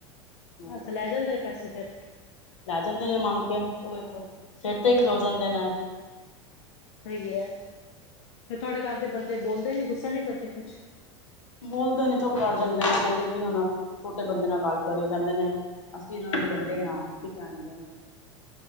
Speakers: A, on the left; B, on the left.
A: ਹੂੰ
B: ਅੱਛਾ ਲੈ ਜਾਂਦੇ ਪੈਸੇ ਫੇਿਰ
A: ਲੈ ਜਾਂਦੇ ਨੇ ਮੰਗ ਕੇ ਉਹ ਇੱਕ ਸਿਰ ਤੇ ਖਲੋ ਜਾਂਦੇ ਨੇ
B: ਸਹੀ ਹੈ ਫ ਤੁਹਾਡੇ ਘਰ ਦੇ ਬੰਦੇ ਬੋਲਦੇ ਨੀ, ਗੁੱਸਾ ਨੀ ਕਰਦੇ ਕੁਛ
A: ਬੋਲਦੇ ਨੇ ਚੁਪ ਕਰ ਜਾਂਦੇ ਨੇ ਕਹਿੰਦੇ ਕੀ ਹਣ ਛੋਟੇ ਬੰਦੇ ਨਾਲ ਗੱਲ ਕਰਿਓ ਕਹਿੰਦੇ ਨੇ ਅਸੀਂ ਉਹਨਾਂ ਨੂੰ ਤੋ ਵੱਡੇ ਹਾਂ, ਕੀ ਕਹਿਣਗੇ